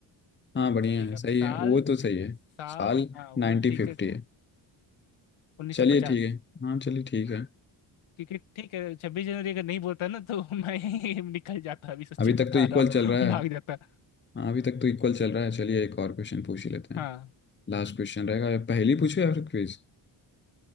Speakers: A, on the left (about 25°); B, on the left (about 85°).
A: हाँ बढ़िया
B: ठीक
A: है
B: है
A: सही
B: अब साल
A: है वो तो सही है
B: साल
A: साल
B: हाँ वो
A: नाइन्टी
B: ठीक
A: फिफ्टी
B: है
A: है
B: उन्नीस
A: चलिए
B: सौ पचास
A: ठीक है हाँ चलिए ठीक है
B: क्योंकि ठीक है छब्बीस जनवरी अगर नहीं बोलता ना तो <laughs> मैं यहीं निकल जाता अभी सच्ची
A: अभी
B: बता
A: तक तो इक्वल
B: रहा
A: चल रहा
B: हूँ
A: है
B: <laughs> भाग जाता
A: हाँ अभी तक तो इक्वल चल रहा है चलिए एक और क्वेश्चन पूछ ही लेते हैं
B: हाँ
A: लास्ट क्वेश्चन रहेगा या पहेली पूछो या फिर क्विज